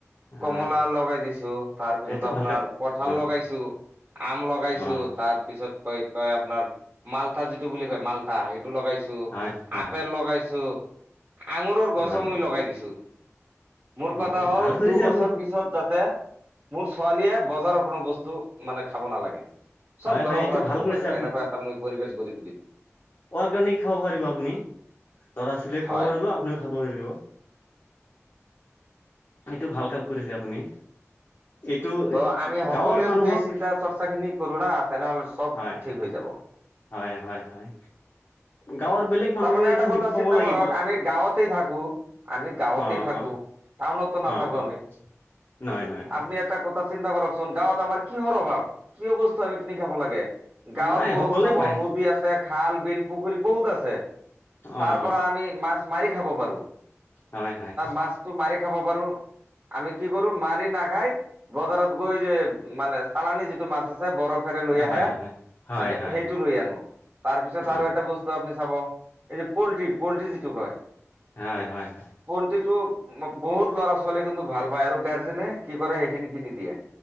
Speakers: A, on the left; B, on the right.
A: অ',
B: কমলা লগাই দিছোঁ। তাৰপিছত
A: এইটো
B: আপোনাৰ
A: ভাল কথা।
B: কঠাল
A: অ',
B: লগাইছো। আম লগাইছো।
A: অ',
B: তাৰ পিছত কৈ কয় আপোনাৰ মালতা যিটো বুলি কয় মালতা, সেইটো লগাইছো। ত',
A: হয়, হয়,
B: আপেল
A: হয়,
B: লগাইছো। আঙুৰৰ গছো
A: অ',
B: মই লগাই দিছো। মোৰ
A: অ',
B: কথা হ'ল
A: ভাল কৰিছে
B: দুবছৰ
A: আপুনি
B: পিছ পিছত যাতে, মোৰ ছোৱালীয়ে বজাৰৰ কোনো বস্তু মানে খাব নালাগে। সব
A: হয় হয়
B: ঘৰৰ
A: এইটো
B: পৰা
A: ভাল
B: খাব
A: কৰিছে
B: পাৰিব, এনেকুৱা এটা মই পৰিবেশ গঢ়ি তুলিম।
A: অ'ৰ্গানিক খাব পাৰিব আপুনি। ল'ৰা-ছোৱালীয়ে
B: হয়।
A: খাব পাৰিব, আপুনিও খাব পাৰিব। এইটো ভাল কাম কৰিছে আপুনি। এইটো
B: ত', আমি সকলোৱে
A: গাঁৱৰ মানুহক
B: যদি এই চিন্তা-চৰ্চাখিনি কৰো না', তেনেহ'লে সব
A: হয়
B: ঠিক
A: হয়
B: হৈ যাব।
A: হয় হয়। গাঁৱৰ বেলেগ মানুহক
B: তাৰমানে
A: এইটো
B: এটা কথা
A: ক'ব
B: চিন্তা
A: লাগিব
B: কৰক, আমি গাঁৱতেই থাকো, আমি গাঁৱতেই
A: অ
B: থাকো।
A: অ
B: টাউনততো নাথাকো
A: অ অ
B: আমি।
A: নহয়, নহয়, নহ
B: আপুনি এটা কথা চিন্তা কৰকচোন, গাঁৱত আমাৰ কিহৰ অভাৱ? কিয় বস্তু আমি কিনি খাব লাগে? গাঁৱত
A: নাই
B: বহুত
A: সকলোৱে
B: চাব,
A: পায়
B: নদী আছে, খাল-বিল, পুখুৰী বহুত আছে। তাৰ
A: অ
B: পৰা
A: অ
B: আমি মাছ মাৰি খাব পাৰো।
A: হয়, হয়।
B: মাছটো মাৰি খাব পাৰোঁ। আমি কি কৰোঁ, মাৰি নাখাই বজাৰত গৈ যে, মানে চালানি যিটো মাছ আছে বৰফ লৈ আহে
A: হয় হয় হয়
B: মানে
A: হয়
B: সেইটো
A: হয়
B: লৈ আনো তাৰপিছত আৰু
A: অ
B: এটা বস্তু <unintelligible> আপুনি চাব, এই পল্ট্ৰি-পল্ট্ৰি যিটো কয়?
A: হয়, হয়, হয়।
B: পল্ট্ৰিটো বহুত ল'ৰা ছোৱালী কিন্তু ভাল পায়, আৰু গাৰ্জেনে কি কৰে, সেইখিনি কিনি দিয়ে।